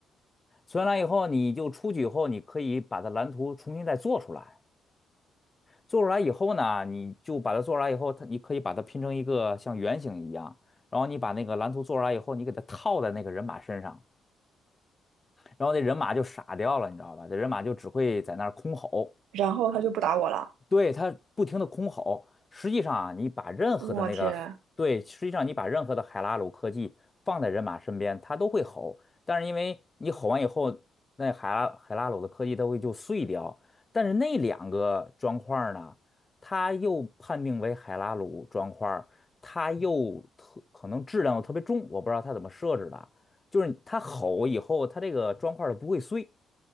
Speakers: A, on the left; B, on the right.
A: 存下来以后，你就出去以后，你可以把它蓝图重新再做出来。做出来以后呢，你就把它做出来以后，它你可以把它拼成一个像圆形一样，然后你把那个蓝图做出来以后，你给它套在那个人马身上，然后那人马就傻掉了，你知道吧？这人马就只会在那儿空吼，
B: 然后他就不打我了。
A: 对，它不停的空吼。实际上啊，你把任何的那个，
B: 我天，
A: 对，实际上你把任何的海拉鲁科技放在人马身边，它都会吼。但是因为你吼完以后，那海拉海拉鲁的科技它会就碎掉。但是那两个砖块儿呢，它又判定为海拉鲁砖块儿它又特可能质量又特别重，我不知道它怎么设置的。就是它吼以后，它这个砖块儿它不会碎。